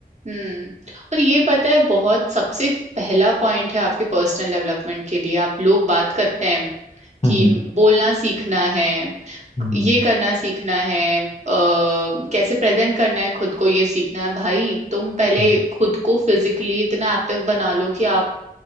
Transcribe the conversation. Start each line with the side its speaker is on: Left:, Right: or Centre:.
Right: हम्म और ये पता है बहुत सबसे पहला पॉइंट है आपके पर्सनल डेवलपमेंट के लिए आप लोग बात करते हैं
Left: हम्म
Right: कि बोलना सीखना है
Left: हम्म,
Right: ये करना सीखना है अ, कैसे प्रेजेंट करना है खुद को ये सीखना है भाई तुम पहले
Left: हम्म।
Right: खुद को फिजिकली इतना एक्टिव बना लो कि आप